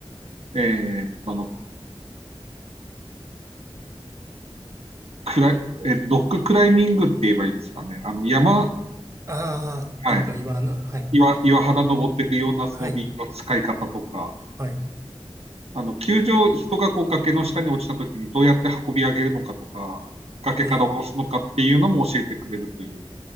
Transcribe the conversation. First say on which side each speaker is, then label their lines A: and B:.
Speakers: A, on the right (about 80°); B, on the right (about 30°).
A: えーっと、あの、クライ、えーっとロッククライミングって言えばいいんですかね。あの、山、
B: ああ、
A: はい。
B: えっと、言のはい。
A: 岩、岩肌登っていくような装備の使い方とか、
B: はい、はい、
A: あの、球場、人がこう崖の下に落ちた時にどうやって運び上げるのかとか、崖から下ろすのかっていうのも教えてくれるという、
B: はい、